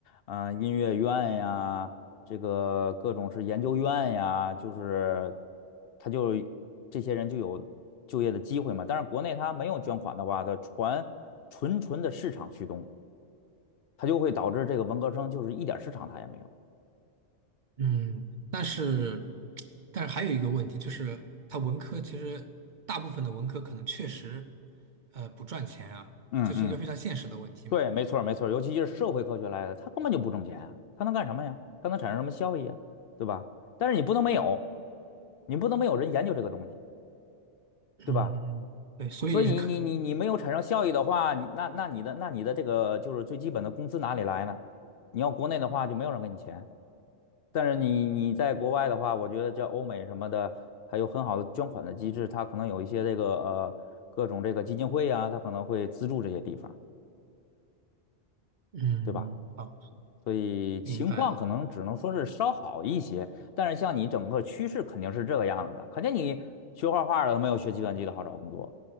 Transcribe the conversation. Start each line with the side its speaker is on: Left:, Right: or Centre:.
Left: 嗯、呃音乐院呀，这个各种是研究院呀，就是他就这些人就有就业的机会嘛。但是国内他没有捐款的话，它纯纯纯的市场驱动，它就会导致这个文科生就是一点市场他也没有。
Right: 嗯，但是但是还有一个问题，就是它文科其实大部分的文科可能确实呃不赚钱啊，
Left: 嗯嗯。
Right: 这是一个非常现实的问题嘛。
Left: 对，没错儿没错儿尤其是社会科学来的，它根本就不挣钱啊，它能干什么呀？它能产生什么效益啊？对吧？但是你不能没有，你不能没有人研究这个东西，
Right: 嗯，
Left: 对吧？
Right: 嗯嗯，对，所以可
Left: 所以你你你你没有产生效益的话，你那那你的那你的这个就是最基本的工资哪里来呢？你要国内的话就没有人给你钱，但是你你在国外的话，我觉得叫欧美什么的，它有很好的捐款的机制，它可能有一些这个呃各种这个基金会啊，它可能会资助这些地方，
Right: 嗯，
Left: 对吧？
Right: 好，
Left: 所以情况可能只能说是稍好一些，
Right: 明白了。
Left: 但是像你整个趋势肯定是这个样子的，肯定你学画画的没有学计算机的好找工作，